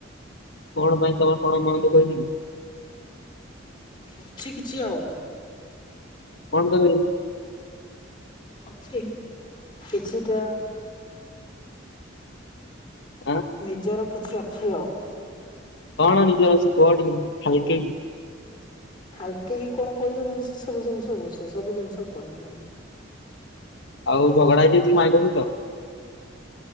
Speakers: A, on the left; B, on the left.
A: କଣ ପାଇଁ ତମର କଣ ମନ ଦୁଃଖ ହେଇଛି କି?
B: ଅଛି କିଛି ଆଉ।
A: କଣ ପାଇଁ?
B: ଅଛି କିଛିଟା।
A: ଉଁ
B: ନିଜର କିଛି ଅଛି ଆଉ।
A: କଣ ନିଜର ଅଛି କୁହ ଟିକେ ହାଲକେଇ
B: ହାଲକେଇକି କଣ କହି ହବ କି ସେ ସବୁ ଜିନିଷକୁ ସେ ସବୁ ଜିନିଷ କହି ହବନି।
A: ଆଉ ଝଗଡ଼ା ଆଜି ହେଇଛି କି ମାଇପ ସହିତ।